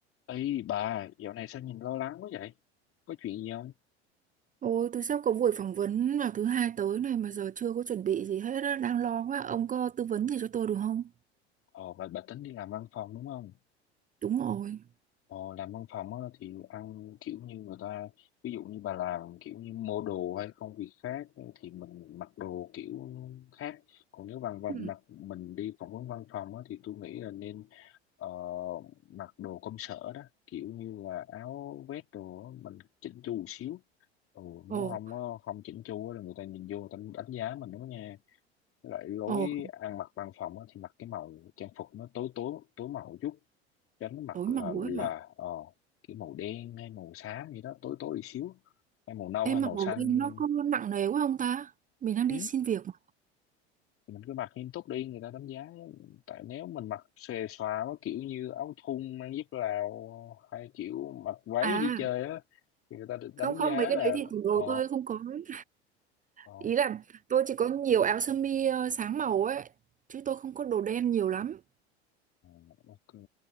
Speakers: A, on the left (about 40°); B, on the right (about 25°).
A: Ê bà, dạo này sao nhìn lo lắng quá vậy? Có chuyện gì không?
B: Ôi, tôi sắp có buổi phỏng vấn vào thứ hai tới này mà giờ chưa có chuẩn bị gì hết á, đang lo quá. Ông có tư vấn gì cho tôi được không?
A: Ồ, bà, bà tính đi làm văn phòng đúng không?
B: Đúng rồi.
A: Ồ, làm văn phòng á, thì ăn kiểu như người ta, ví dụ như bà làm kiểu như mua đồ hay công việc khác ờ, thì mình mặc đồ kiểu khác. Còn nếu bằng bằng-
B: Ừ.
A: mặc mình đi phỏng vấn văn phòng á, thì tôi nghĩ là nên ờ, mặc đồ công sở đó, kiểu như là áo vest đồ á, mình chỉnh chu một xíu. Ừ, nếu
B: Ồ,
A: không á, không chỉnh chu á là người ta nhìn vô người ta đánh giá mình đó nha. loại lối
B: ồ,
A: ăn mặc văn phòng á, thì mặc cái màu trang phục nó tối tối tối màu chút tránh mặc
B: tối
A: là
B: màu
A: là
B: ấy rồi.
A: ờ, cái màu đen hay màu xám gì đó tối tối đi xíu hay màu nâu
B: Em
A: hay màu
B: mặc màu
A: xanh
B: đen nó có nặng nề quá không ta? Mình đang
A: ừ.
B: đi xin việc mà.
A: thì mình cứ mặc nghiêm túc đi người ta đánh giá tại nếu mình mặc xòe xòa quá kiểu như áo thun mang dép Lào hay kiểu mặc váy
B: À,
A: đi chơi á thì người ta được
B: không
A: đánh
B: không,
A: giá
B: mấy cái
A: là
B: đấy thì tủ đồ
A: ờ
B: tôi không có. ấy.
A: ờ
B: Ý là tôi chỉ có nhiều áo sơ mi ờ, sáng màu ấy, chứ tôi không có đồ đen nhiều lắm.
A: Ờ, ok